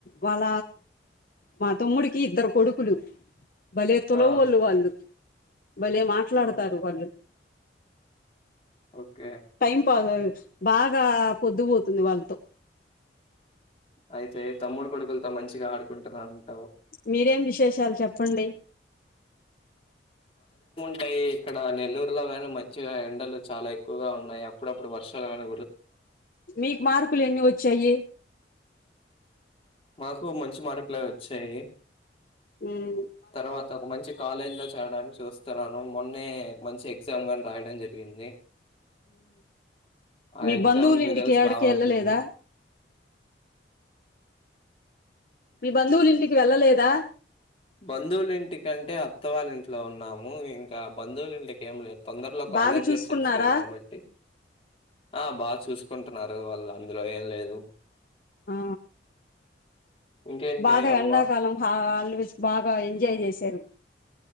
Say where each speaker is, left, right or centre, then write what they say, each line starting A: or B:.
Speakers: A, on the left; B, on the left.
A: వాళ మా తమ్ముడికి ఇద్దరు కొడుకులు భలే తులవళ్ళు
B: ఆ!
A: వాళ్ళు భలే మాట్లాడతారు
B: హ్మ్.
A: వాళ్ళు
B: ఓకే.
A: టైం పాస్ బాగా పొద్దు పోతుంది వాళ్ళతో
B: అయితే తమ్ముడు కొడుకులతో మంచిగా ఆడుకుంటున్నారు అన్నమాట
A: మీరేం విశేషాలు చెప్పండి
B: అ ఇక్కడ నెల్లూరులో కాగానీ మంచిగా ఎండలు చాలా ఎక్కువగా ఉన్నాయి అప్పుడప్పుడు వర్షాలు కానీ
A: మీకు మార్కులు ఎన్ని వచ్చాయి
B: మాకు మంచి మార్కులే వచ్చాయి
A: ఉహు
B: తర్వాత ఒక మంచి కాలేజ్ లో చేరడానికి చూస్తున్నాను మొన్నే మంచి ఎగ్జామ్ గాని రాయడం జరిగింది ఆ
A: మీ
B: ఎగ్జామ్
A: బంధువులు
B: రిజల్ట్స్
A: ఇంటికి ఏడకి
B: రావాల్సింది
A: వెళ్ళలేదా మీ బంధువులు ఇంటికి వెళ్ళలేదా
B: బంధువులు ఇంటికంటే అత్త వాళ్ళ ఇంట్లో ఉన్నాము ఇంకా బంధువులు ఇంటికి ఏం తొందరలో కాలేజేట్
A: బాగా చూసుకున్నారా
B: చేస్తున్నారు కాబట్టి ఆ బాగా చూసుకుంటున్నారు వాళ్ళు అందులో ఏం లేదు
A: ఆ
B: ఇంకేంటి
A: బాగా
B: అమ్మ?
A: ఎండాకాలం హా హాలిడేస్ బాగా ఎంజాయ్ చేశారు